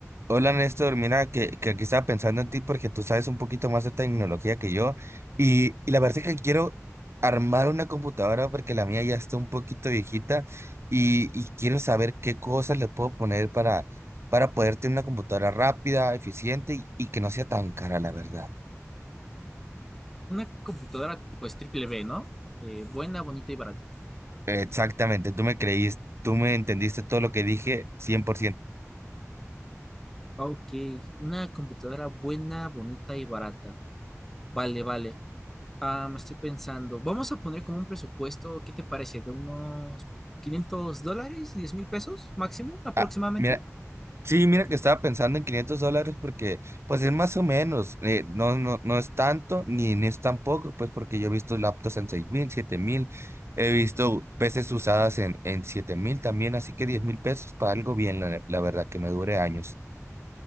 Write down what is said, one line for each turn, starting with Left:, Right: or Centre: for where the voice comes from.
Right: Hola Néstor, mira que, que aquí estaba pensando en ti porque tú sabes un poquito más de tecnología que yo y, y la verdad es que quiero armar una computadora porque la mía ya está un poquito viejita y, y quiero saber qué cosas le puedo poner para, para poder tener una computadora rápida, eficiente y, y que no sea tan cara, la verdad.
Centre: Una computadora pues triple B, ¿no? Eh, buena, bonita y barata.
Right: Exactamente, tú me creíste, tú me entendiste todo lo que dije 100%.
Centre: Ah, Ok, una computadora buena, bonita y barata. Vale, vale. Ah, me estoy pensando, vamos a poner como un presupuesto, ¿qué te parece? ¿De unos 500 dólares, diez mil pesos máximo aproximadamente?
Right: Ah, mira, Sí, mira que estaba pensando en 500 dólares porque pues es más o menos, eh, no, no, no es tanto ni, ni es tampoco, pues porque yo he visto laptops en seis mil, siete mil, he visto peces usadas en, en siete mil también, así que diez mil pesos para algo bien, la, la verdad que me dure años.